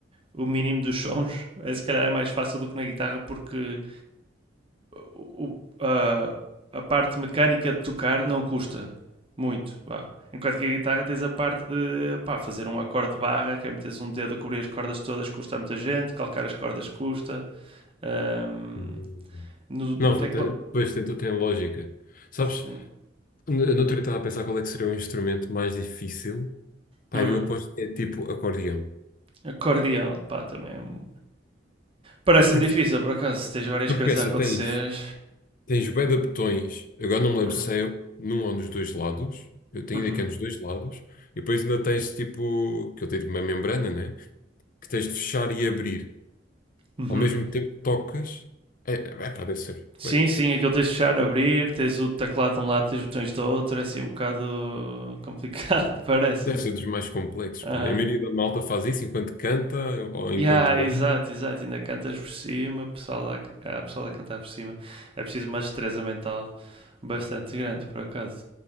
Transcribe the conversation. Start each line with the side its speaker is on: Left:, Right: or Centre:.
Right: o mínimo dos sons, é, se calhar é mais fácil do que na guitarra, porque o- a, a parte mecânica de tocar não custa muito. Vá. Enquanto que a guitarra tens a parte de pá, fazer um acorde de barra, que é meteres um dedo a cobrir as cordas todas, custa a muita gente, calcar as cordas custa. Ahm,
Left: hum.
Right: no, no
Left: Não,
Right: teclado.
Left: tem- pois tem, tem lógica. Sabes,
Right: Sim.
Left: no no outro dia estava a pensar qual é que seria o instrumento mais difícil. Pá,
Right: Hum,
Left: eu aposto que é tipo acordeão.
Right: acordeão, pá, também é um- Parece-me
Left: Porque,
Right: difícil,
Left: tens-
Right: por acaso, se tens várias
Left: porque
Right: coisas
Left: pensa,
Right: a acontecer.
Left: tens, tens bué de botões, agora não me lembro
Right: Uhum,
Left: se é num ou nos dois lados, eu tenho
Right: uhum,
Left: ideia que é nos dois lados, e depois ainda tens tipo, que eu tenho uma membrana, né? que tens de fechar e abrir.
Right: uhum.
Left: Ao mesmo tempo que tocas, é, é, pá, deve ser
Right: Sim,
Left: bué da difícil.
Right: sim, aquilo tens de fechar, abrir, tens o teclado de um lado, tens os botões do outro, é assim um bocado <laughs> complicado, parece-me.
Left: Deve ser dos mais complexos,
Right: Aham.
Left: pá. E a maioria da malta faz isso enquanto canta ou enquanto
Right: Yeah, exato,
Left: anda.
Right: exato. Ainda cantas por cima, pessoal lá, há pessoal a cantar por cima. É preciso uma destreza mental bastante grande, por acaso.